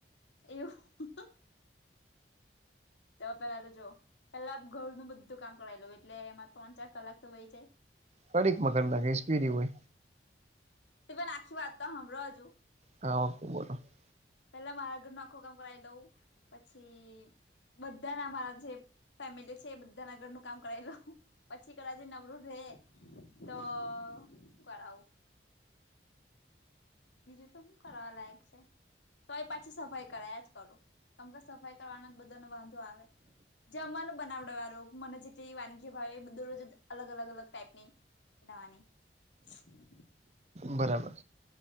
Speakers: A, on the left (about 80°); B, on the right (about 35°).
A: એ <unintelligible> તો પેલા તો જો પેલા ઘરનુંું બધું કામ કરાવી લઉ એટલે એમાં ત્રણ ચાર કલાક તો વય જાય.
B: કડીક મકર નાખશપીરી હ <unintelligible>
A: તમે આખી વાત તો સાંભડો હજું
B: હા ઓ બોલો <unintelligible>
A: પેલા મારા ઘર ન આખું કામ કરાવી લઉં પછી બધા ના મારા જે ફેમિલી છે એ બધાના ઘરનું કામ કરાવી લઉંપછી કદાચ નવરું રે તો શું કરાવ? બીજું તો શું કરવા લાયક છ? તો એ પાછી સફાઈ કરા જ કરો કેમ કે સફાઈ કરવાના જ બધાને વાંધો આવે જમવાનું બનાવમને જેટલી વાનગી ભાવ એ બધું રોજ અલગ અલગ અલગ ટાઈપ ની. એવાની. <unintelligible>
B: બરાબર.